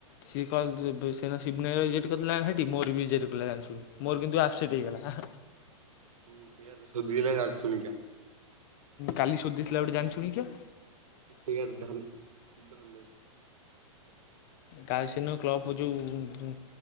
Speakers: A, on the left; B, on the right.
A: ସିଏ କଲ ସେନା ସିବୁନାର ରେଜେକ୍ଟ କରିଦେଲା ସେଠି ମୋର ବି ରେଜେକ୍ଟ୍ କଲା ଜାଣି ଶୁଣି। ମୋର କିନ୍ତୁ ଆପସେଟ୍ ହେଇଗଲା।
B: ହୁଁ ସେଇଆ ତ ସୋଧିଲା ଜାଣି ଶୁଣିକା।
A: କାଲି ସୋଧିଥିଲା ଗୋଟେ ଜାଣିଛୁଣିକା।
B: ସେଇୟା ଧନ୍ ଧନ
A: କାଲି ସେଦିନ କ୍ଲୁବ୍ କୁ ଯୋଉ ହଁ